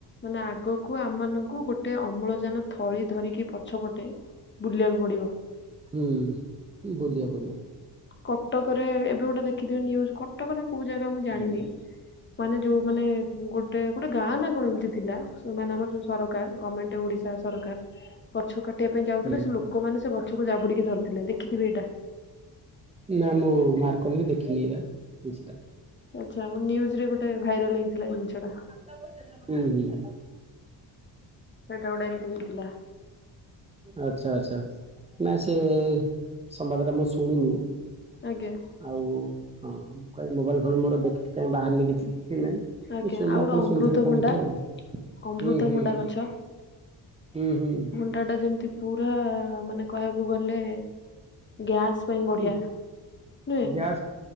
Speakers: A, on the left (about 25°); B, on the right (about 15°).
A: ମାନେ ଆଗ କୁ ଆମମାଙ୍କୁ ଗୋଟେ ଅମ୍ଳଜାନ ଥଳି ଧରିକି ପଛ ପଟେ ବୁଲିବାକୁ ପଡିବ।
B: ହୁଁ ବୁଲିବାକୁ ପଡିବ।
A: କଟକରେ ଏବେ ଗୋଟେ ଦେଖିଥିବେ ନ୍ୟୁଜ କଟକ ନା କୋଉ ଜାଗା ମୁଁ
B: ହୁଁ
A: ଜାଣିନି। ମାନେ ଯୋଉ ମାନେ ଗୋଟେ ଗୋଟେ ଗାଁ ନା କଣ ଏମିତି ଥିଲା ମାନେ ଆମର ଯୋଉ ସରକାର ଗମେଣ୍ଟ ଓଡ଼ିଶା ସରକାର। ଗଛ କାଟିବା ପାଇଁ ଯାଉଥିଲେ
B: ହୁଁ
A: ସେ ଲୋକମାନେ ସେ ଗଛକୁ ଜାବୁଡିକି ଧରିଥିଲେ ଦେଖିଥିବେ ଏଇଟା।
B: ନା ମୁଁ ମାରକରିନି କି ଦେଖିନି ଏଇଟା ଜିନିଷଟା।
A: ଆଚ୍ଛା ନ୍ୟୁଜ ରେ ଗୋଟେ ଭାଇରାଲ ହେଇଥିଲା ଏ ଜିନିଷଟା।
B: ହୁଁ ହୁଁ।
A: ସେଇଟା ଗୋଟେ ଏମିତି ହେଇଥିଲା।
B: ଆଚ୍ଛା ଆଚ୍ଛା ନାଇ ସେ ସମ୍ବାଦ ଟା ମୁଁ ଶୁଣିନି।
A: ଆଜ୍ଞା।
B: ଆଉ ହଁ ମୁଁ କହିଲି ମୋବାଇଲ୍ ଫୋବାଇଲ ମୋର ଦେଖି କାଇଁ ବାହାରିନି। କି ନାଇଁ
A: ଆଜ୍ଞା
B: ମୁଁ
A: ଆଉ
B: ଆପଣ
A: ଗୋଟେ
B: ଶୁଣିଥିବେ
A: ଅମୃତଭଣ୍ଡା
B: କଣ ହବ ଆଉ
A: ଅମୃତଭଣ୍ଡା
B: ହୁଁ ହୁଁ।
A: ଗଛ
B: ହୁଁ ହୁଁ।
A: ପଟାଟା ଯେମିତି ପୁରା ମାନେ କହିବାକୁ ଗଲେ ଗ୍ୟାସ୍। ପାଇଁ ବଢିଆ
B: ହୁଁ
A: ନୁହେଁ।
B: ଗ୍ୟାସ୍